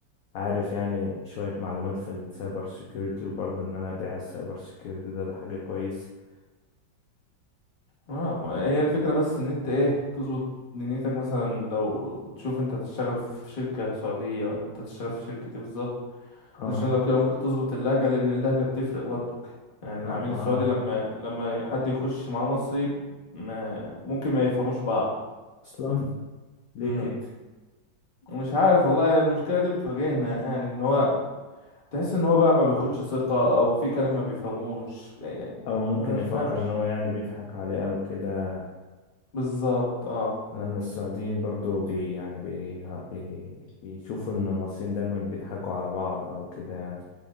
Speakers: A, on the left; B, on the left.
A: عارف يعني شوية معلومات في السايبر سيكيورتي وبرضو ان انا ابيع السايبر سيكيورتي ده, ده حاجة كويسة
B: آه، هي الفكرة بس ان انت ايه تظبط دنيتك مثلا لو تشوف انت هتشتغل في شركة سعودية ولا انت هتشتغل في شركة ايه بالظبط
A: اه
B: علشان لو كده ممكن تظبط اللهجة لان اللهجة بتفرق برضك يعني
A: آه،
B: العميل السعودي لما لما حد يخش معاه مصري ما ممكن ما يفهموش بعض
A: اصلا ليه
B: امم
A: كده
B: مش عارف والله المشكلة دي بتواجهنا يعني ان هو تحس ان هو بقى ما بياخدش ثقة او في كلام ما بيفهموش يعني
A: او ممكن
B: ما تفهمش
A: يفكر ان هو يعني بيضحك عليه او كده
B: بالظبط اه
A: لان السعوديين برضو بي يعني بي بي بيشوفوا ان المصريين دايما بيضحكوا على بعض او كده يعني